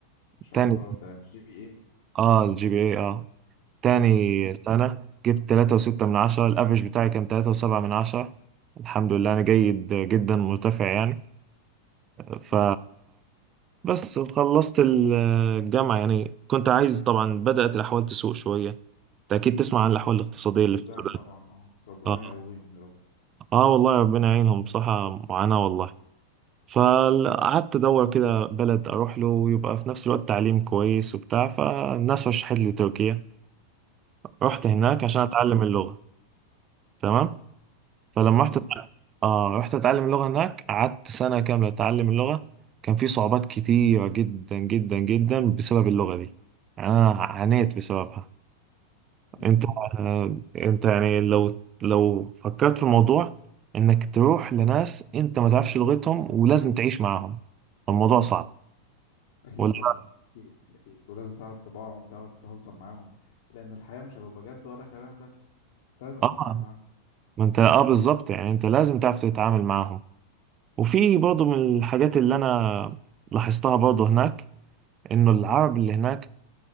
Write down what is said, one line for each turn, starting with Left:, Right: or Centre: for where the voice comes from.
Left: ما شاء
Right: تاني
Left: الله ده جي بي
Right: اه الجي بي اي اه تاني سنة جبت 3.6 من 10 الافرج بتاعي كان 3.7 من 10 الحمد لله انا جيد جدا مرتفع يعني ف
Left: ايه
Right: بس خلصت ال- الجامعة يعني كنت عايز طبعا بدأت الأحوال تسوء شوية أنت أكيد تسمع عن الأحوال الاقتصادية
Left: السودان
Right: اللي في السودان
Left: طبعا اه ربنا
Right: آه.
Left: يقويهم يا رب
Right: آه والله ربنا يعينهم بصراحة معاناة والله فقعدت أدور كده بلد أروح له ويبقى في نفس الوقت تعليم كويس وبتاع فالناس رشحت لي تركيا رحت هناك
Left: مم.
Right: عشان أتعلم اللغة تمام فلما
Left: جميل
Right: رحت آه رحت أتعلم اللغة هناك قعدت سنة كاملة أتعلم اللغة كان في صعوبات كتيرة جدا جدا جدا بسبب اللغة دي يعني أنا عانيت بسببها
Left: مم.
Right: انت آه، انت يعني لو لو فكرت في الموضوع انك تروح لناس انت ما تعرفش لغتهم ولازم تعيش معاهم الموضوع صعب
Left: اكيد
Right: ولا
Left: طبعا اكيد اكيد ولازم تعرف طباعهم تعرف تهزر معاهم لان الحياة مش هتبقى جد ولا كلام بس
Right: <laughs>
Left: أنت لازم
Right: اه
Left: هتتعامل معاهم
Right: ما انت اه بالظبط يعني انت لازم تعرف تتعامل معاهم وفي برضه من الحاجات اللي انا لاحظتها برضه هناك انه العرب اللي هناك